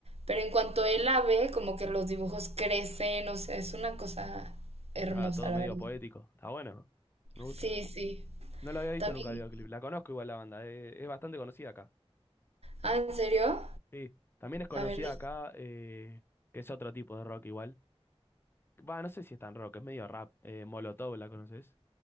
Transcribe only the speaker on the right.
pero en cuanto él la ve como que los dibujos crecen, o sea, es una cosa hermosa,
la
verdad.
Sí, sí.
También,
ah, ¿en serio?
A ver, deja-